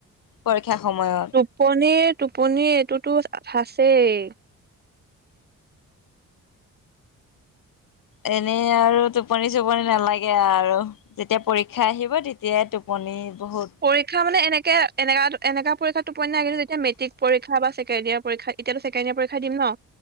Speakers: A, on the left; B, on the right.
A: পৰীক্ষা সময়ত।
B: টোপনিৰ টোপনি এইটোতো আছেই।
A: এনেই আৰু টোপনি চোপনি নালাগে আৰু, যেতিয়া পৰীক্ষা আহিব তেত- তিয়াই টোপনি বহুত।
B: পৰিক্ষা মানে এনেকে এনেকা পৰীক্ষাত টোপনি নাহে, কিন্তু যেতিয়া মেট্ৰিক পৰীক্ষা বা চেকেণ্ডিয়েৰ পৰীক্ষা- এতিয়াতো ছেকেণ্ড ইয়েৰ পৰীক্ষা দিম ন,